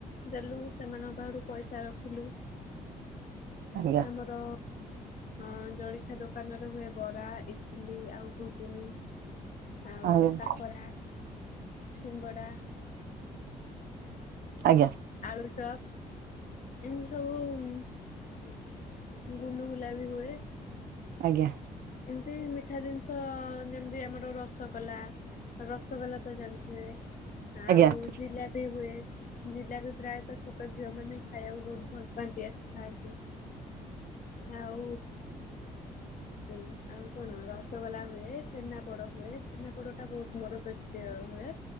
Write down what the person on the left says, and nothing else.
ଦେଲୁ ସେମାନଙ୍କ ପାଖରୁ ପଇସା ରଖିଲୁ।
ଆମର ଅଁ ଜଳିଖିଆ ଦୋକାନରେ ହୁଏ ବରା, ଇଟିଲି ଆଉ ଗୁଗୁନି ଆଉ
କାକରା। ସିଙ୍ଗଡ଼ା।
ଆଳୁଚପ। ଏମତି ସବୁ ଉଁ ଗୁଲୁଗୁଲା ବି ହୁଏ।
ଏମତି ମିଠା ଜିନିଷ ଯେମିତି ଆମର ରସଗୋଲା। ରସଗୋଲା ତ ଜାଣିଥିବେ? ଆଉ
ଜିଲାପି ହୁଏ। ଜିଲାପି ପ୍ରାୟତଃ ଛୋଟ ଝିଅ ମାନେ ବି ଖାଇଆକୁ ବହୁତ ଭଲ ପାଆନ୍ତି ଆସି ଖାଆନ୍ତି। ଆଉ ଉଁ ଆଉ କଣ। ହଁ ରସଗୋଲା ହୁଏ, ଛେନାପୋଡ ହୁଏ ଛେନାପୋଡ ଟା ବହୁତ ମୋର ବିକ୍ରି ହୁଏ।